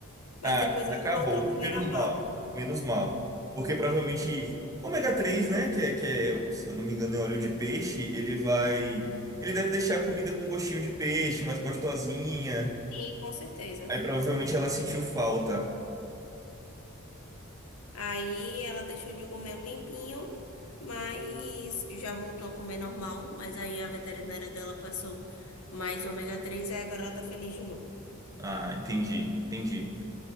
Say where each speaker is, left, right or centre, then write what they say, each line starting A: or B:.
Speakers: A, on the left (about 80°); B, on the right (about 15°).
A: Mas
B: Ah,
A: depois ela
B: acabou.
A: voltou a comer
B: Menos
A: normal.
B: mal. Menos mal. Porque provavelmente ômega 3, né? Que é, que é, se eu não me engano, é óleo de peixe. Ele vai. Ele deve deixar a comida com gostinho de peixe, mais gostosinha.
A: Sim, com certeza.
B: Aí provavelmente ela sentiu falta.
A: Aí ela deixou de comer um tempinho, mas já voltou a comer normal. Mas aí a veterinária dela passou mais ômega 3 aí agora ela tá feliz de novo.
B: Ah, entendi. Entendi.